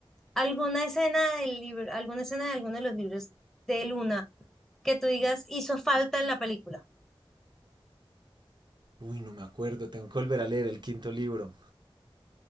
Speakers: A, in the centre; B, on the right.
A: ¿alguna escena del libro, alguna escena de alguno de los libros de Luna que tú digas hizo falta en la película?
B: Uy, no me acuerdo, tengo que volver a leer el quinto libro.